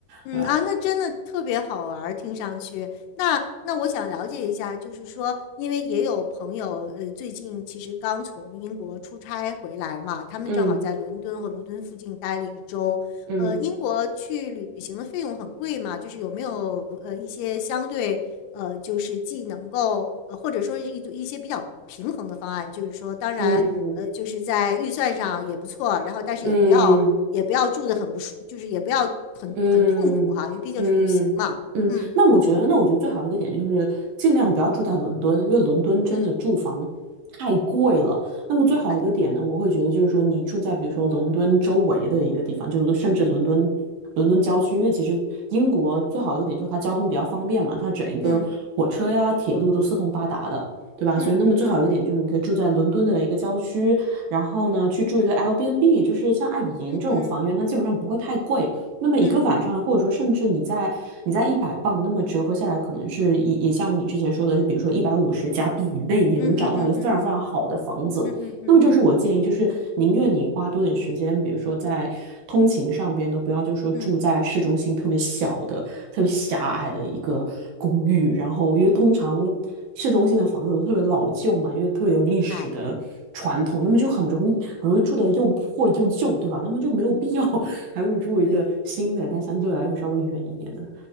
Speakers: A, on the left; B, on the right.
A: 嗯啊，
B: 对吧？
A: 那真的特别好玩儿，听上去。那那我想了解一下，就是说，因为也有朋友，呃，最近其实刚从英国出差回来嘛，他们正好在伦敦和伦敦附近待了一周。
B: 嗯嗯
A: 呃，英国去旅行的费用很贵嘛，就是有没有呃一些相对呃，就是既能够呃，或者说是一一些比较平衡的方案，就是说，当然，
B: 嗯
A: 呃，就是在预算上也不错，然后但是也不要也不要住的很不舒，
B: 嗯，
A: 就是也不要很很痛苦哈，
B: 嗯嗯嗯，
A: 因为毕竟是旅行嘛。嗯
B: 那我觉得，那我觉得最好的一个点就是尽量不要住在伦敦，因为伦敦真的住房太贵了。
A: 嗯，
B: 那么最好一个点呢，
A: 明白。
B: 我会觉得就是说你住在比如说伦敦周围的一个地方，就是甚至伦敦伦敦郊区，因为其实英国最好的一个点就是它交通比较方便嘛，它整一个火车呀、
A: 嗯
B: 铁路都四通八达的。对吧？
A: 嗯嗯
B: 所以，那么最好一个点就是你可以住在伦敦的一个郊区，然后呢，去住一个 Airbnb，就是像爱比迎这种房源，
A: 嗯嗯
B: 它基本上不会太贵。那么一个晚上，
A: 嗯
B: 或者说甚至你在你在一百磅，那么折合下来，可能是也也像你之前说的，就比如说一百五十加币以内，你能找到一个非常非常好的房子。
A: 嗯嗯嗯嗯嗯嗯嗯嗯嗯嗯嗯，
B: 那么这是我建议，就是宁愿你花多点时间，比如说在通勤上边，都不要就说住在市中心特别小的。
A: 嗯
B: 特别狭隘的一个公寓，然后因为通常市中心的房子都特别老旧嘛，因为特别有历史的传统，
A: 明白。
B: 那么就很容易很容易住的又破又旧，对吧？那么就没有必要 <laughs>，还不如住一个新的，
A: 对。
B: 但相对来说稍微远一点的。